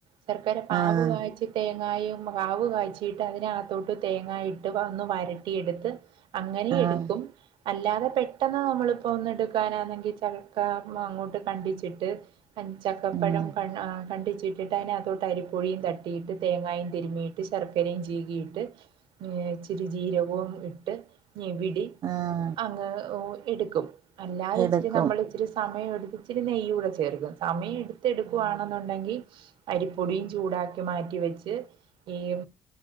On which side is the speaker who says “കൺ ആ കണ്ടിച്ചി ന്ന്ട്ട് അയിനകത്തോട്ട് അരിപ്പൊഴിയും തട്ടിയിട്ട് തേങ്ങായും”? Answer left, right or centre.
Right